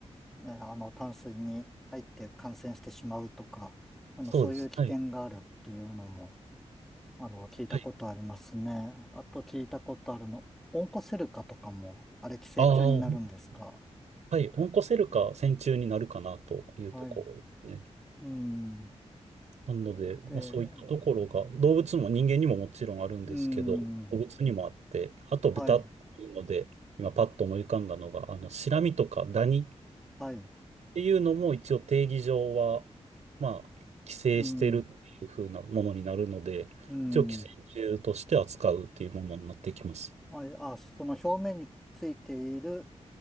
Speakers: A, in the centre; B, on the right.
A: ねあの、淡水に入って感染してしまうとか、あの、
B: そうです。
A: そういう危険があるっていうのも、
B: はい。
A: あの、聞いたことありますね。
B: はい。
A: あと聞いたことあるの、オンコセルカとかも、あれ寄生虫になるんですか
B: ああ、はい、オンコセルカ線虫になるかなというところですね。
A: はい。うん。
B: なので、
A: で、
B: まあ、そういったところが、動物も人間にももちろんあるんですけど、
A: うん。
B: 動物にもあって、あと豚っていうので、
A: はい。
B: 今パッと思い浮かんだのが、あの、シラミとかダニっ
A: はい。
B: ていうのも一応定義上は、まあ、寄生してるっていう風なものになるので、
A: うん。うん。
B: 一応寄生虫として扱うっていうものになってきます。
A: はい。あ、その表面についている